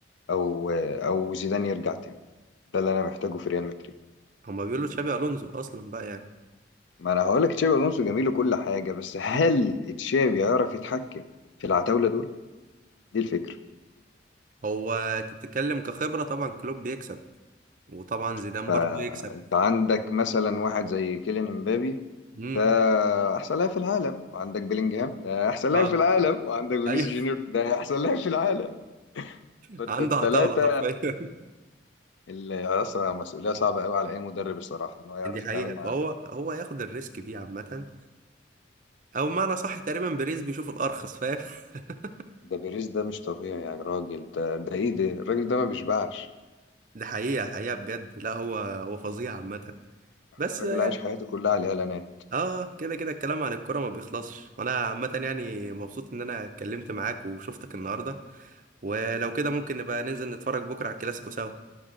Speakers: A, on the left; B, on the right.
A: او او زيدان يرجع تاني ده اللي انا محتاجه في ريال مدريد
B: هما بيقولوا تشابي الونزو اصلا بقى يعني
A: ما انا هقول لك تشابي الونسو جميل وكل حاجه بس هل
B: م.
A: تشابي يعرف يتحكم في العتاوله دول دي الفكره
B: هو انت بتتكلم كخبره طبعا كلوب بيكسب وطبعا زيدان
A: فانت
B: برضه يكسب
A: عندك مثلا واحد زي كيليان امبابي
B: امم
A: ده احسن لاعب في العالم وعندك بيلينجهام ده احسن لاعب
B: اه
A: في العالم وعندك فينيسيوس
B: ايوه
A: جونيور ده احسن لاعب في العالم
B: <laughs>
A: فانت
B: عنده
A: الثلاثه
B: عتاولة حرفيا
A: اللي اصلا مسؤوليه صعبه قوي على اي مدرب الصراحه ان
B: <laughs>
A: هو يعرف
B: دي حقيقة
A: يتعامل مع
B: فهو
A: ال...
B: هو هياخد الريسك بيه عامة او بمعنى صح تقريبا بريز بيشوف الارخص فاهم <laughs>
A: ده بيريز ده مش طبيعي يا راجل ده ده ايه ده الراجل ده ما بيشبعش
B: دي حقيقة حقيقة بجد لا هو هو فظيع عامة بس
A: الراجل
B: يعني
A: عايش حياته كلها على الاعلانات
B: اه كده كده الكلام عن الكرة ما بيخلصش وانا عامة يعني مبسوط ان انا اتكلمت معاك وشفتك النهاردة ولو كده ممكن نبقى ننزل نتفرج بكرة على الكلاسيكو سوا